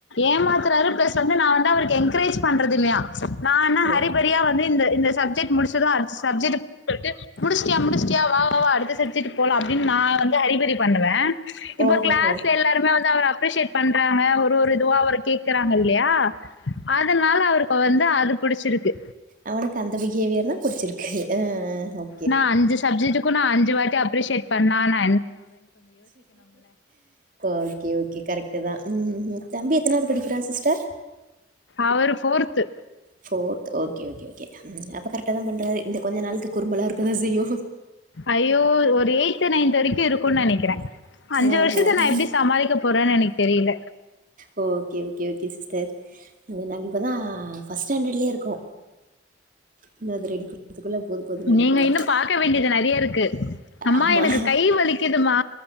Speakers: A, on the left; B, on the right.
A: ஏமாத்றாரு பிளஸ் வந்து நா வந்து அவருக்கு என்க்ரேஜ் பண்றது இல்லியா நா என்ன
B: ஓ
A: ஹரி பிரியா வந்து இந்த சப்ஜெக்ட் முடிச்சது அடுத்த சப்ஜெக்ட்டுக் போய்ட்டு முடிச்ட்டியா முடிச்ட்டியா வா வா வா அடுத்த சப்ஜெக்ட்டுக் போலா அப்டின் நா வந்து ஹரிபரி பண்ணுவ இப்ப
B: ஓஹோஹோ!
A: கிளாஸ்ல எல்லாருமே வந்து அவ அப்ரிசேட் பண்றாங்க ஒரு ஒரு இதுவா அவர கேக்குறாங்கல்லயா அதனால அவருக்கு வந்து அது புடிச்சிருக்கு
B: அவனுக்கு அந்த பிஹேவியர்தா புடிச்சிருக்கு அ அஹ
A: நா அஞ்சு சப்ஜெக்ட்டுக்கு நா அஞ்சு வாட்டி அப்ரிசேட் பண்ணா நா
B: ஓகே ஓகே கரெக்ட்டுதா தம்பி எத்தனாவ்து படிக்கிறா சிஸ்டர்
A: அவரு fourth
B: fourth okay okay okay ம் அப்ப கரெக்டாதா பண்றாரு இந்த கொஞ்சோ நாளுக்கு குறும்பெல்லா இருக்கதா செய்யு
A: ஐயோ ஒரு எய்த்து நைன்த்து வரைக்கு இருக்குன் நெனைக்கிற அஞ்சு
B: ஆஹஹா.
A: வர்ஷத்த நா எப்டி சமாளிக்க போறன் எனக்கு தெரியல
B: ஓ ஓகே ஓகே ஓகே சிஸ்டர் நாங்க இப்பதா ஃபர்ஸ்ட் ஸ்டாண்டட்லயே இருக்கோ இன்னு அத ரெடி பண்றதுக்குள்ள போது போதுன்னு ஆயிடும்
A: நீங்க
B: போல.
A: இன்னு பாக்க வேண்டியது நெறய இருக்கு அம்மா
B: ஆமா.
A: எனக்கு கை வலிக்குதுமா